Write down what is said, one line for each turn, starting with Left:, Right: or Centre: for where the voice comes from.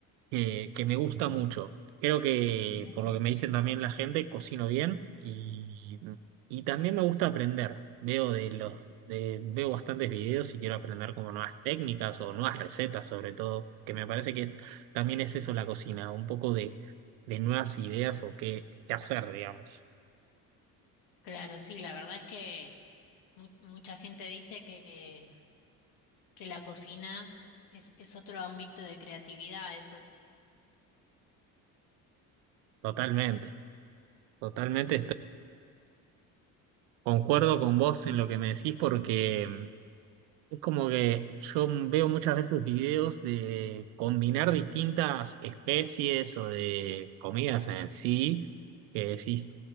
Right: que, que me gusta mucho. Creo que,
Left: Mira
Right: por
Left: que...
Right: lo que me dicen también la gente, cocino bien y, y también me gusta aprender. Veo de los, de- veo bastantes videos y quiero aprender como nuevas técnicas o nuevas recetas sobre todo, que me parece que es- también es eso la cocina, un poco de, de nuevas ideas o qué, qué hacer, digamos.
Left: Claro, sí, la verdad es que... Mu- mucha gente dice que, que la cocina es, es otro ámbito de creatividad. Eso.
Right: Totalmente, totalmente estoy, concuerdo con vos en lo que me decís porque mm, es como que yo veo muchas veces videos de combinar distintas especies o de comidas en sí, que decís,